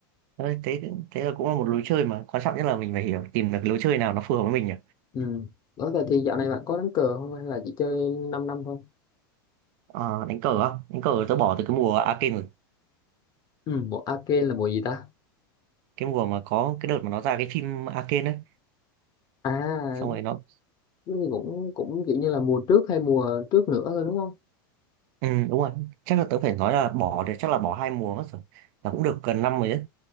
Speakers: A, on the right (about 60°); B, on the left (about 35°).
A: Đấy, thế thế là cũng là một lối chơi mà quan trọng nhất là mình phải hiểu tìm được lối chơi nào nó phù hợp với mình nhỉ
B: ừ. Ủa vậy thì dạo này bạn có đánh cờ không hay là chỉ chơi 5 năm năm thôi
A: Ờ, đánh cờ á đánh cờ tớ bỏ từ cái mùa Arcane rồi
B: ừ. Mùa arcade là mùa gì ta
A: cái mùa mà có cái đợt mà nó ra cái phim Arcane ấy
B: à
A: xong rồi nó
B: cái gì cũng cũng kiểu như là mùa trước hay mùa trước nữa thôi đúng không
A: ừ, đúng rồi chắc là tớ phải nói là bỏ thì chắc là bỏ hai mùa mất rồi là cũng được gần năm rồi đấy